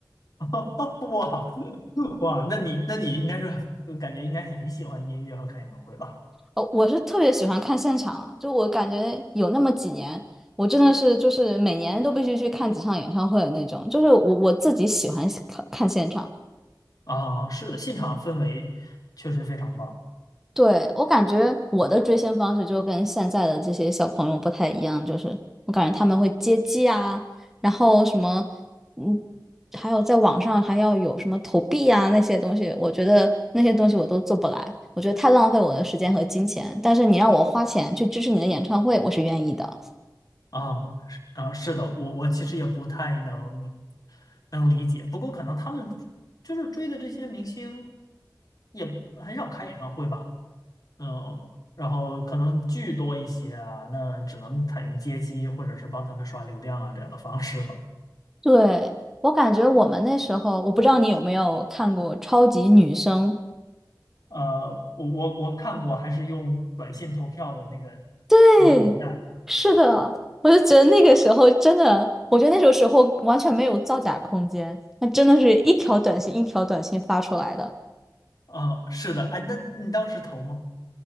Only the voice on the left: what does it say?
<laughs> 哇哇，那你那你应该是就感觉应该是很喜欢音乐和看演唱会吧？
啊，是的，现场氛围确实非常棒
啊，是啊，是的，我我其实也不太能能理解，不过可能他们就是追的这些明星也很少开演唱会吧，嗯，然后可能剧多一些啊，那只能采用接机或者是帮他们刷流量啊这样的方式吧。
呃，我我我看过，还是用短信投票的那个
那个年代
啊，是的，哎，那你当时投吗？